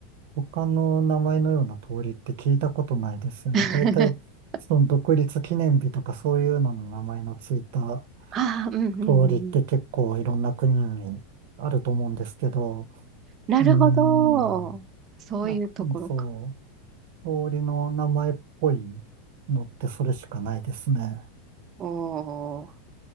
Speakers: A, on the right (about 55°); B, on the right (about 25°).
A: 他の名前のような通りって聞いたことないですよね。
B: <laughs>
A: 大体、その独立記念日とかそういうのの名前のついた
B: ああ、うんうんうん。
A: 通りって結構いろんな国にあると思うんですけど、
B: なるほど。
A: うーん。
B: そういうところか。
A: なんか、うんそう、通りの名前っぽいのってそれしかないですね。
B: おー、